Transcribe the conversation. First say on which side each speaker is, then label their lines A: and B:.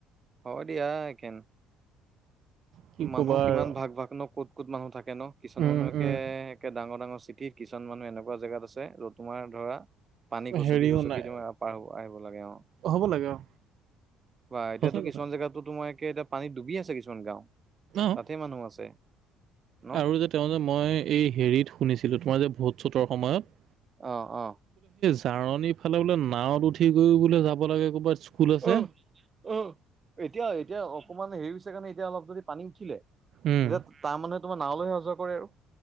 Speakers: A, on the right; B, on the right.
A: হ' দিয়া কেন
B: কি
A: মানুহ
B: ক'বা
A: কিমান
B: আৰু
A: ভাগ ভাগ ন, ক'ত ক'ত মানুহ থাকে ন, কিছুমান
B: উম
A: মানুহকে
B: উম
A: একে ডাঙৰ ডাঙৰ চিঠিত কিছমান মানুহ এনেকুৱা জেগাত আছে য তোমাৰ ধৰা পানী গছকি
B: হেৰিও
A: গছকি
B: নাই
A: তোমাৰ পাৰ আহিব লাগে অ',
B: হ'ব লাগে অঁ
A: বা এতিয়াতো
B: সঁচা
A: কিছুমান
B: কথা
A: জেগাতো তোম এতিয়া পানীত ডুবি আছে কিছুমান গাঁও
B: অঁ
A: তাতে মানুহ আছে ন?
B: আৰু যে তেওঁ যে মই, এই হেৰিত শুনিছিলোঁ তোমাৰ যে ভোট চোটৰ সময়ত
A: আহ, আহ,
B: কাৰনীফালে বোলে নাৱত উঠি গৈ বোলে যাব লাগে ক'ৰবাত স্কুল আছে।
A: উ, উ, এতিয়া এতিয়া অকমান হেৰি হৈছে কাৰণে এতিয়া অলপ যদি পানী উঠিলে। তেতিয়া
B: উম
A: তাৰ মানুহে তোমাৰ নাৱলৈহে সহৰ কৰে আৰু।